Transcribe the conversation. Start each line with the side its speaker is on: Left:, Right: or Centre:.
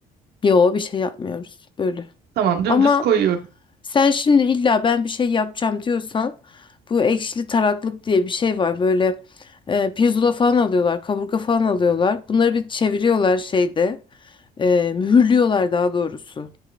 Left: yo bir şey yapmıyoruz. Böyle.
Right: Tamam, dümdüz
Left: Ama
Right: koyuyoruz.
Left: sen şimdi illa ben bir şey yapacağım diyorsan bu ekşili taraklık diye bir şey var. Böyle e, pirzola falan alıyorlar, kaburga falan alıyorlar. Bunları bir çeviriyorlar şeyde. E, mühürlüyorlar daha doğrusu